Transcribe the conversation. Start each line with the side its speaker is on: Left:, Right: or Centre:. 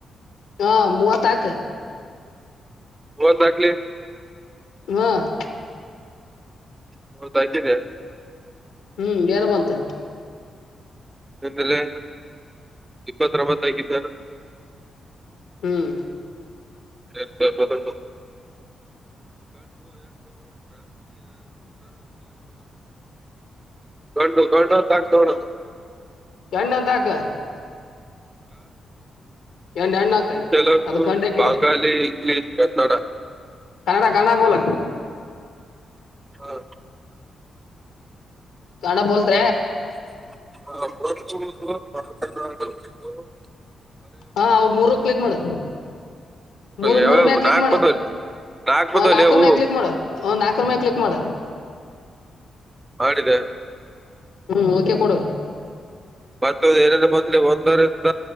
Left: ಹಾ ಮೂವತ್ತು ಆಹ್ಕ
Right: ಒಂದ ಹಾಕ್ಲಿ
Left: ಹ್ಮ <inaudible>
Right: ಮೂವತ್ತಾಗಿದೆ
Left: ಹ್ಮ್ ಏನ ಮಂತೆ
Right: ಆೇಲೆ ಇಪ್ಪತ್ತಂಬತ್ತಕಿದ್ದಾನು
Left: ಹ್ಮ್
Right: ಎ ಎಟ <unintelligible> ಗಂಡು ಗಂಡು ಹಾಕ್ತವ್ರಲ್ಲ
Left: ಹೆಣ್ಣು ಅಂತ ಹಾಕು ಎಣ್ಣ ಎಣ್ಣ ಹಾಕ
Right: ತೆಲುಗು
Left: ಅದ ಗಂಟೆ ಹಾಕಿದಿ
Right: ಬಂಗಾಾಲಿ ಇಂಗ್ಲಿಷ್ ಕನ್ನಡ
Left: ಕನ್ನಡ ಕನ್ನಡ ಬೋಲ
Right: ಹಾ
Left: ಕನ್ನಡ ಬೋಲ್ತ್
Right: ಹ
Left: ಹಾ ಅವ ಮೂರು ಕ್ಲಿಕ್ ಮಾಡ ಮೂರು
Right: ಯಾವ್ಯಾವ
Left: ಮೂರು ಮೆಲೆ ಕ್ಲಿಕ್
Right: ನಾಲ್ಕ್
Left: ಮಾಡ
Right: ಬಂದವ್ ನಾಲ್ಕ್
Left: ಹ್
Right: ಬಂದವ್ಲೆ
Left: ನಾಲ್ಕು
Right: ಅವು
Left: ಮೇಲೆ ಕ್ಲಿಕ್ ಮಾಡ ನಾಲ್ಕು ಮೇಲೆ ಕ್ಲಿಕ್ ಮಾಡ
Right: ಮಾಡಿದ್ದೆ
Left: ಹ್ಮ್ ಓಕೆ ಕೊಡ
Right: ಮತ್ತೊ ಏನಲ್ಲ ಮೊದ್ಲಿ ಒಂದರಿಂದ